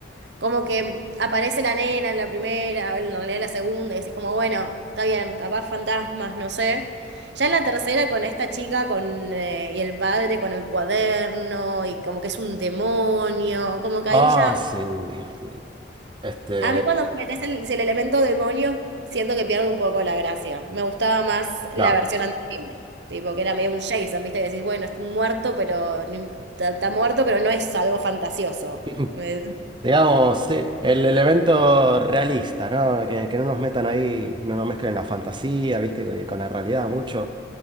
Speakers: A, on the right; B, on the right.
A: Como que aparece la nena en la primera, en realidad en la segunda, y decís como, bueno, está bien, capaz fantasmas, no sé. Ya en la tercera con esta chica con, eh, y el padre con el cuaderno, y como que es un demonio, como que
B: Ah,
A: ahí ya
B: sí, sí. Este,
A: a mí cuando me metes el, si el elemento demonio, siento que pierdo un poco la gracia. Me gustaba más la
B: claro.
A: versión anterior, tipo que era medio un Jason, viste que decís, bueno, está muerto, pero no imp- está, está muerto, pero no es algo fantasioso.
B: <laughs>
A: Es,
B: Digamos, sí, el elemento realista, ¿no? Que, que no nos metan ahí, no nos mezclen la fantasía, ¿viste? Con con la realidad mucho.